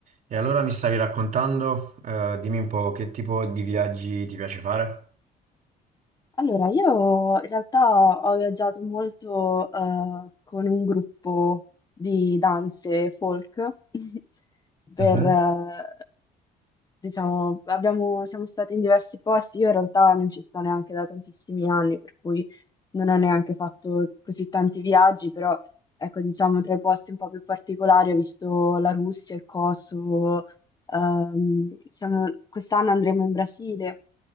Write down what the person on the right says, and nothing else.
E allora mi stavi raccontando, eh, dimmi un po' che tipo di viaggi ti piace fare?
Mhm.